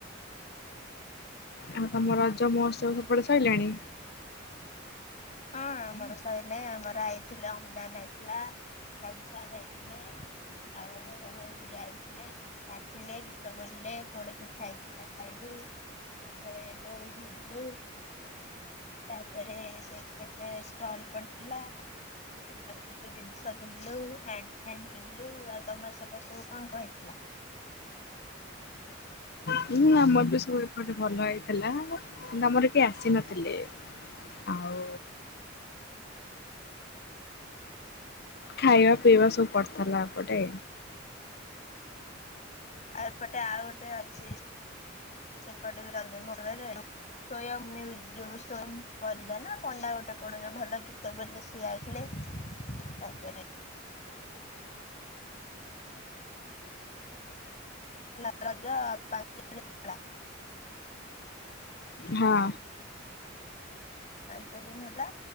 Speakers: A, on the left; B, on the left.
A: ଆଉ ତମ ରଜ ମହୋତ୍ସବ ସେପଟେ ସରିଲାଣି?
B: ହଁ ଆମର ସଇଲାଣି ଆମର ଆଇଥିଲା ଅମ୍ଳାନ ଆଇଥିଲା। ବାବୁସାନ ଆଇଥିଲେ ଆଉ ସବୁ ଏମିତି ଆଇଥିଲେ। ନାଚିଲେ ଗୀତ ବୋଲିଲେ ପୋଡ ପିଠା ହେଇ ଥିଲା ଖାଇଲେ। ତାପରେ ଦୋଳି ଝୁଲିଲୁ ତାପରେ ସେ ଟି କେତେ ଷ୍ଟଲ୍ ପଡ଼ିଥିଲା। ତାପରେ କେତେ ଜିନିଷ କିଣିଲୁ ହ୍ୟାଣ୍ଡ୍ ଫ୍ୟାଣ୍ଡ୍ କିଣିଲୁ ଆଉ ତମର ସେପଟ୍ ସବୁ କଣ କଣ୍ ହେଇଥିଲା?
A: ହୁଁ ଆମରବି ସବୁ ଏପଟେ ଭଲ ହେଇଥିଲା କିନ୍ତୁ ଆମର କେହି ଆସିନଥିଲେ। ଆଉ ଖାଇବା ପିଇବା ସବୁ ପଡ଼ିଥିଲା ଏପଟେ।
B: ଆଉ ଏପଟେ ଆଉ ଗୋଟେ ଅଛି ସେପଟେବି ରଜ ମଉଜରେ <unintelligible> ପରିଡ଼ାନା ପଣ୍ଡା ଗୋଟେ କଣ ଯଉ ଭଲ ଗୀତ ବୋଲେସେ ସିଏ ଆଇଥିଲେ ତାପରେ <unintelligible> ରଜ ହେଲା
A: ହଁ।
B: ପାଞ୍ଚ ଦିନ ହେଲା